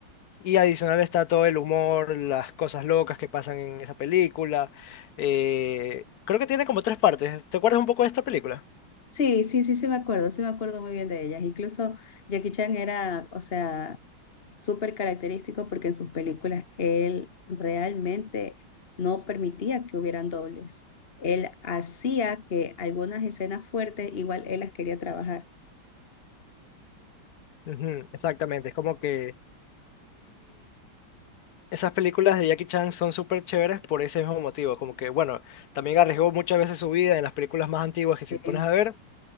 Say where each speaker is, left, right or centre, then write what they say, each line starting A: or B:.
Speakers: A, on the left; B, on the left.
A: Y adicional está todo el humor, las cosas locas que pasan en esa película. eh, creo que tiene como tres partes. ¿Te acuerdas un poco de esta película?
B: Sí, sí, sí, sí me acuerdo, sí me acuerdo muy bien de ellas. Incluso Jackie Chan era, o sea, súper característico porque en sus películas él realmente no permitía que hubieran dobles. Él hacía que algunas escenas fuertes igual él las quería trabajar.
A: Ujú, exactamente, es como que... Esas películas de Jackie Chan son súper chéveres por ese mismo motivo, como que, bueno, también arriesgó muchas veces su vida en las películas más antiguas
B: Sí,
A: que si te pones a ver,